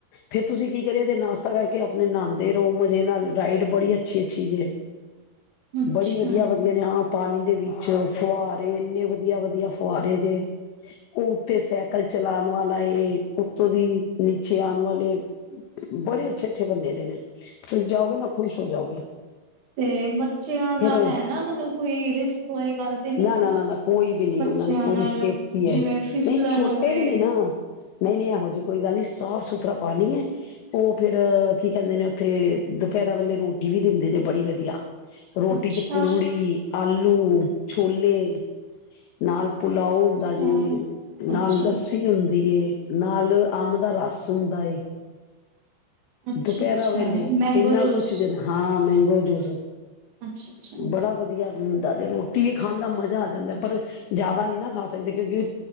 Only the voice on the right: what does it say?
ਅੱਛਾ
ਤੇ ਬੱਚਿਆਂ ਦਾ
ਹੈ ਨਾ, ਮਤਲਬ ਕੋਈ ਰਿਸਕ ਵਾਲੀ ਗੱਲ ਤੇ ਨਹੀਂ
ਹੈ
ਬੱਚਿਆਂ
ਨਾਲ
ਜਿਵੇਂ
ਫਿਸਲਨ
ਹੋਵੇ
ਅੱਛਾ
ਹਾਂ
ਅੱਛਾ
ਅੱਛਾ
ਅੱਛਾ
ਮੈਂਗੋ
ਜੂਸ
ਅੱਛਾ ਅੱਛਾ।